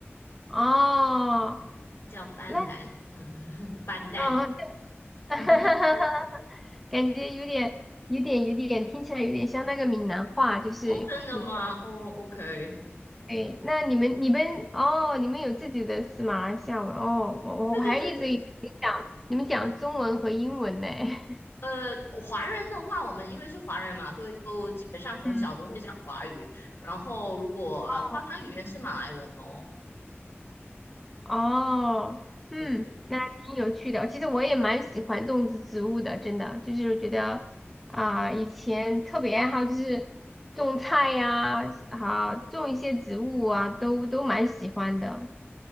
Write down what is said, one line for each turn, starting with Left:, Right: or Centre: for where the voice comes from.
Centre: 哦。
Left: 叫班兰，
Centre: 那
Left: 嗯，<laughs> 班丹。
Centre: 哦，这
Left: <laughs>
Centre: <laughs> 感觉有点、有点、有点，听起来有点像那个闽南话，就是福建。
Left: 哦，真的吗？哦，OK，
Centre: 哎，那你们、你们哦，你们有自己的是马来西亚文哦，我我还一直以为你讲你们讲中文和英文呢。
Left: 对对对对对。
Centre: <laughs>
Left: 呃，华人的话，我们因为是华人嘛，都都基本上从小都会讲华语，
Centre: 嗯。
Left: 然后如果呃官方语言是马来文咯，
Centre: 哦。哦，嗯，
Left: 对对。
Centre: 那还挺有趣的。其实我也蛮喜欢种植植物的，真的，就是觉得啊、以前特别爱好就是种菜呀、啊，种一些植物啊，都都蛮喜欢的。